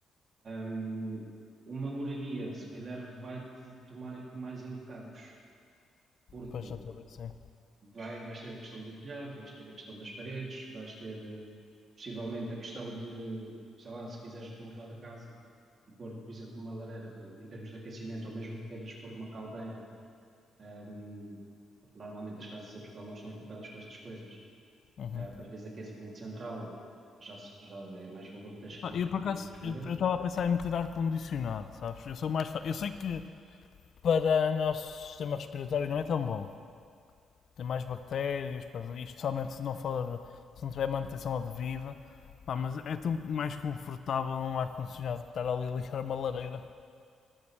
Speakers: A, on the right; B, on the left.
A: Hum, uma moradia, se calhar, vai-te tomar aqui mais encargos, porque
B: pois já estou a ver que sim.
A: Vai, vais ter a questão do telhado, vais ter a questão das paredes, vais ter eh, possivelmente a questão de, sei lá, se quiseres remodelar a casa e pôr, por exemplo, uma lareira eh, em termos de aquecimento, ou mesmo que queiras pôr uma caldeira, ahm, porque normalmente as casas em Portugal não estão equipadas com estas coisas,
B: Uhum.
A: ah, para teres aquecimento central, já, se- já é mais valor que tens que,
B: Ah, Eu
A: que
B: por acaso,
A: despender.
B: eu eu estava a pensar em meter ar-condicionado, sabes? Eu sou mais. fa- Eu
A: Uhum.
B: sei que para o nosso sistema respiratório não é tão bom. tem mais bactérias, pá, e especialmente se não for, se não tiver manutenção devida, pá, mas é tão mais confortável um ar-condicionado que estar ali a ligar uma lareira.